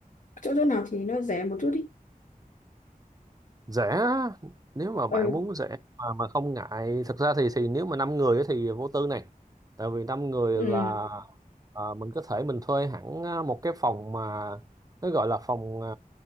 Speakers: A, on the left (about 60°); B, on the right (about 25°).
A: Chỗ chỗ nào thì nó rẻ một chút đi.
B: rẻ nếu mà
A: Ừ.
B: bạn muốn rẻ mà mà không ngại thực ra thì thì nếu mà năm người ấy thì vô tư này tại vì năm người
A: ừ
B: là à, mình có thể mình thuê hẳn à, một cái phòng mà nó gọi là phòng à,